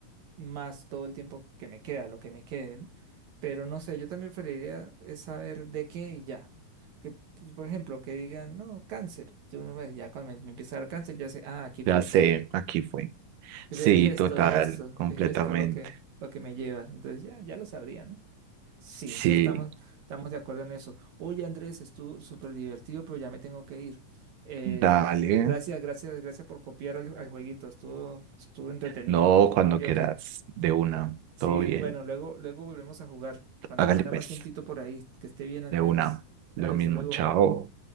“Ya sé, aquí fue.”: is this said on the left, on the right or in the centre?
Right